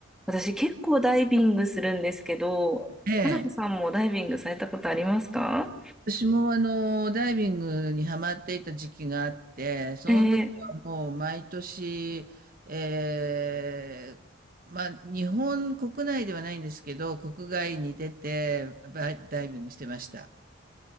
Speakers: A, in the centre; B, on the right.
A: 私結構ダイビングするんですけど、
B: ええ。
A: まさこさんもダイビングされたことありますか
B: 私もあの、ダイビングにハマっていた時期があって、その時はもう毎年、
A: えー、行
B: ええ、まあ、日本国内ではないんですけど、国外に出て、バイダイビングしてました。